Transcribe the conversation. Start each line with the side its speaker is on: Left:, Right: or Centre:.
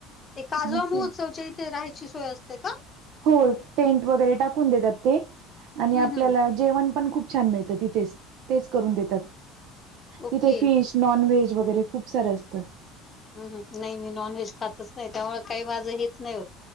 Left: ते काजवा
Right: मग
Left: महोत्सवच्या
Right: ते
Left: इथे राहायची सोय असते का?
Right: हो टेंट वगैरे टाकून देतात ते, आणि
Left: हं,
Right: आपल्याला
Left: हं.
Right: जेवण पण खूप छान मिळतं तिथेच, तेच करून देतात.
Left: ओके.
Right: तिथे फिश नॉन व्हेज वगैरे, खूप सारं असतं.
Left: ह नाही मी नॉनव्हेज खातच नाही, त्यामुळ काही माझं हेच नाही होत.